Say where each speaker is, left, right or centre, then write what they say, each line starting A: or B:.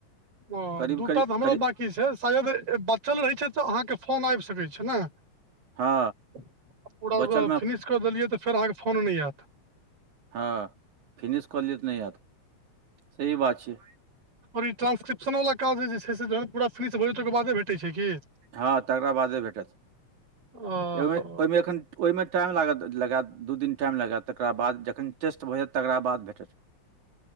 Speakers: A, on the right (about 50°); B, on the right (about 85°).
A: ओ
B: करीब
A: दू
B: करीब
A: टा तऽ हमरो
B: करीब
A: बाँकी छै, शायद बचल रहै छै तऽ अहाँके फोन आबि सकै छै ने?
B: हँ
A: पूरा
B: बचलमे
A: फिनिश कय देलिये तऽ आहाके फोन नय आयत।
B: हँ, फिनिश कऽ लिये तऽ नहि आयत, सही बात छै।
A: ओर ई ट्रंस्क्रिप्शन वला काज जे छै से जहन पूरा फिनिश भऽ जेतय ओकर बादे भेटै छै कि?
B: हँ तकरा बादे भेटत,
A: ओहो
B: ओ ओहिमे एखन ओहिमे टाइम लागत लगायत। दु दिन टाइम लगेत, तकरा बाद जखन टेस्ट भऽ जायत तकरा बाद भेटत।